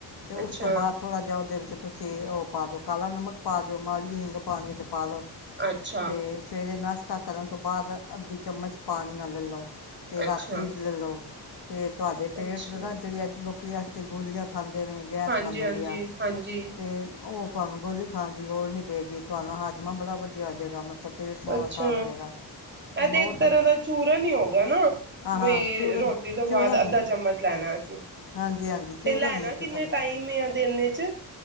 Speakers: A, on the left; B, on the right.
A: ਤੇ
B: ਅੱਛਾ
A: ਉਸ ਤੋਂ ਬਾਅਦ ਥੋੜ੍ਹਾ ਜਿਹਾ ਉਹਦੇ ਚ ਤੁਸੀਂ ਉਹ ਪਾ ਦਿਓ, ਕਾਲਾ ਨਮਕ ਪਾ ਦਿਓ, ਮਾਲੜੀ ਹਿੰਗ ਪਾਣੀਓ ਤੇ ਪਾਲੋ
B: ਅੱਛਾ
A: ਤੇ, ਸਵੇਰੇ ਨਾ <unintelligible> ਕਰਨ ਤੋਂ ਬਾਅਦ, ਅੱਧੀ ਚਮਚ ਪਾਣੀ ਨਾਲ ਲੈਲੋ। ਤੇ
B: ਅੱਛਾ
A: ਰਾਤੀ ਲੈਲੋ, ਤੇ ਤੁਹਾਡੇ ਪੇਟ
B: ਅੱਛਾ
A: ਨਾ ਜਿਹੜੀ ਇਸ ਵਾਸਤੇ ਗੋਲੀਆਂ ਖਾਂਦੇ ਨੇ ਗੈਸ
B: ਹਾਂਜੀ
A: ਬਨਣਦੀਆਂ
B: ਹਾਂਜੀ ਹਾਂਜੀ
A: ਤੇ ਹੋ ਤੁਹਾਨੂੰ ਗੋਲੀ ਖਾਣ ਦੀ ਲੋੜ ਨੀ ਪਏਗੀ ਤੁਹਾਨੂੰ ਹੱਜ ਮਾਂ ਬੜਾ ਆ ਜਾਏਗਾ, ਮਤਲਬ ਪੇਟ ਸੋਹਣਾ
B: ਅੱਛਾ
A: ਸਾਫ਼ ਹੋਏਗਾ ਬਹੁਤ
B: ਇਹ ਤੇ ਇੱਕ ਤਰ੍ਹਾਂ ਦਾ ਚੂਰਨ ਹੀ ਹੋ ਗਿਆ ਨਾ
A: ਹਾਂ-ਹਾਂ
B: ਬਈ
A: ਚੁਰਨ
B: ਰੋਟੀ ਤੋਂ ਬਾਅਦ
A: ਚੁਰਨ
B: ਅੱਧਾ
A: ਹੀ ਹੈ,
B: ਚਮਚ ਲੈਣਾ ਅਸੀਂ
A: ਹਾਂਜੀ-ਹਾਂਜੀ
B: ਤੇ
A: ਚੂੂਰਨ
B: ਲੈਣਾ
A: ਹੀ ਹੈ ਇਕ
B: ਕਿੰਨੇ
A: ਕਿਸਮ ਦਾ
B: ਟਾਈਮ ਆ ਦਿਨ ਚ